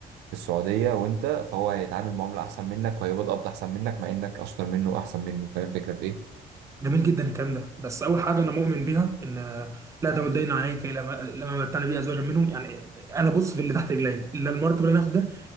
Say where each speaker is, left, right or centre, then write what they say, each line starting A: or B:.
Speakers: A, on the right; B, on the right.
A: في السعودية وانت فهو هيتعامل معاملة احسن منك وهيقبض قبض احسن منك مع انك اشطر منه واحسن منه فاهم الفكرة في ايه؟
B: جميل جدا الكلام ده بس اول حاجه انا مؤمن بيها ان آه، لا تمدين عليك لما لما متعنا بيه ازواجا منهم يعني انا بص في اللي تحت رجلي الا المرتب اللي انا هاخده